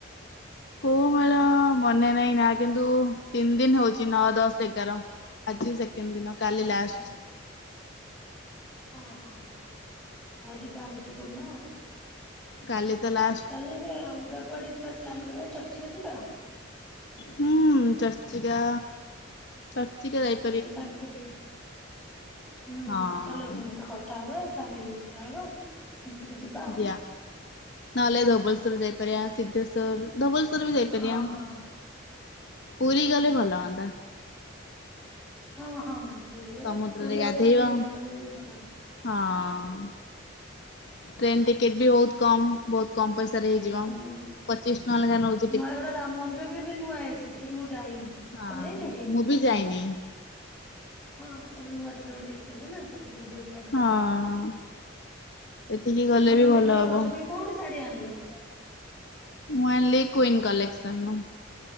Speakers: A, on the left (about 55°); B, in the centre.
A: କୋଉ ମେଳ ମନେ ନାଇଁ ନା କିନ୍ତୁ ତିନ୍ ଦିନ୍ ହଉଚି ନଅ, ଦଶ, ଏଗାର। ଆଜି ସେକେଣ୍ଡ୍ ଦିନ କାଲି
B: ଆଚ୍ଛା
A: ଲାଷ୍ଟ।
B: ହଁ-ହଁ-ହଁ ହଉ ଯିବା ଆରି ଭିତରେ କୋଉ ଦିନ ଆଉ।
A: କାଲି ତ ଲା
B: ଚାଲନୁ ବେ ଏ ଅଲଗା କୁଆଡେ ଯିବାର ପ୍ଲାନ୍ କରିବା ଚର୍ଚ୍ଚିକା ଯିବା।
A: ହୁଁ ଚର୍ଚ୍ଚିକା। ଚର୍ଚ୍ଚିକା <unintelligible>
B: ଏଇ ବାଙ୍କିରେ ହୁଁ
A: ହଁ
B: ଚାଲ ସମସ୍ତେ କଥ ଥା ହେବେ ଫ୍ୟାମିଲି ବି କଥା ହେବା। ମିଶିକି ଯିବା।
A: <unintelligible> ନହେଲେ ଧବଳେଶ୍ଵର ଯାଇପାରିଆ ସିଧେଶ୍ ଶ୍ଵର୍ ଧବଳେଶ୍ଵର ବି ଯାଇପାରିଆ
B: ଆଉ ହଁ ହଁ
A: ପୁରୀ ଗଲେ ଭଲ ହନ୍ତା।
B: ହଁ-ହଁ-ହଁ ପୁରୀ ଗଲେ
A: ସମୁଦ୍ରରେ
B: ପୁରୀ
A: ଗାଧେଇବା
B: ଆହୁରି ଟ୍ରେନ୍ ରେ ଗଲେ ବି ଭଲ ହନ୍ତା।
A: ହଁ। ଟ୍ରେନ୍ ଟିକେଟ ବି ବହୁତ୍ କମ୍ ବହୁତ୍ କମ୍ ପଇସାରେ ହେଇଯିବ।
B: ହୁଁ
A: ପଚିଶ୍ ଟଆଁ ଲେଖା ନଉଚି।
B: ନୟାଗଡ଼ ରାମ୍ ମନ୍ଦିର ବି ଏବେ ନୂଆ ହେଇଚି ସେଠିକି ମୁଁ ଯାଇନି।
A: ହଁ
B: ତମେ ଯାଇଛ କି?
A: ମୁଁ ବି ଯାଇନି।
B: ହଁ ତ ଚାଲ ନୂଆ ଜାଗା ଗୋଟେ ଦେଖିକି ଆସିବା ନା ସେଥିପାଇ ଯିଅ ପ୍ଲାନ୍
A: ହଁ
B: କର।
A: ସେଠିକି ଗଲେ
B: ଆଉ
A: ବି
B: ତମେ
A: ଭଲ
B: ଏଥର
A: ହବ।
B: ରଜ ପାଇଁ କୋଉଠୁ ଶାଢୀ ଆଣିଲ?
A: ମୁଁ ଆଇଲି କୁଇନ କଲେକ୍ସନ ନୁ।